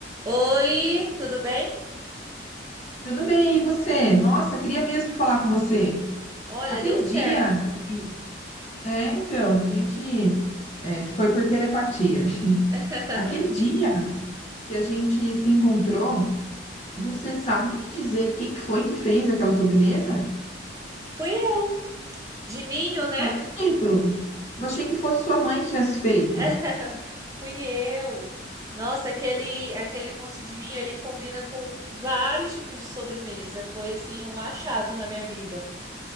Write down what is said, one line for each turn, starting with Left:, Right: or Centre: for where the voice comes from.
Right: Oi, tudo bem?
Left: Tudo bem, e você? Nossa, queria mesmo falar com você.
Right: Olha,
Left: Aquele
Right: deu certo
Left: dia
Right: então.
Left: que... É, então, a gente é, foi por telepatia. <laughs>
Right: <laughs>
Left: Aquele dia que a gente se encontrou, você sabe me dizer quem foi que fez aquela sobremesa?
Right: Fui eu, de ninho, né?
Left: Não acredito. Eu achei que fosse sua mãe que tivesse feito.
Right: <laughs> Fui eu. Nossa, aquele aquele mousse de ninho, ele combina com vários tipos de sobremesa. Foi assim um achado na minha vida.